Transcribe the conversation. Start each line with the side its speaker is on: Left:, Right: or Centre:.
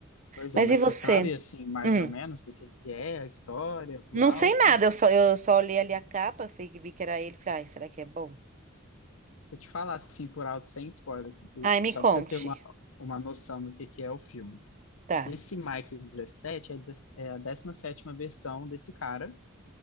Left: Pois
Right: Mas
Left: é, mas
Right: e você?
Left: você sabe, assim, mais
Right: Hum.
Left: ou menos do que que é a história por
Right: Não
Left: alto?
Right: sei nada, eu só, eu só olhei ali a capa, fui que vi que era ele, falei, ai, será que é bom?
Left: Vou te falar, assim, por alto, sem spoilers, do-
Right: Ai, me
Left: só
Right: conte.
Left: para você ter uma, uma noção do que que é o filme.
Right: Tá.
Left: Esse Mike dezessete é, deze- é a décima sétima versão desse cara,